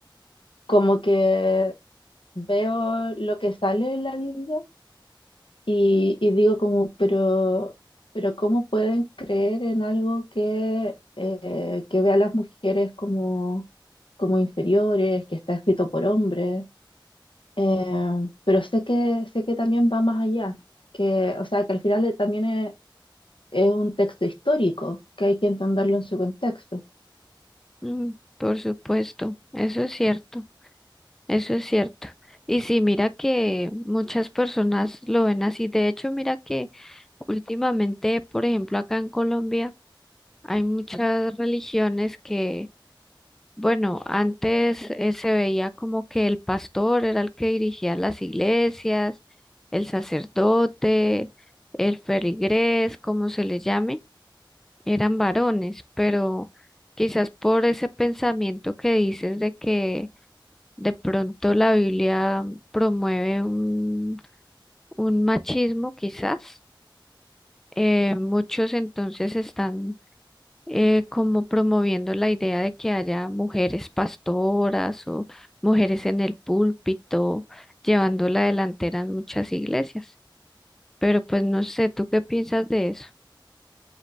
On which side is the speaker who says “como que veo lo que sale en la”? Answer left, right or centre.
Left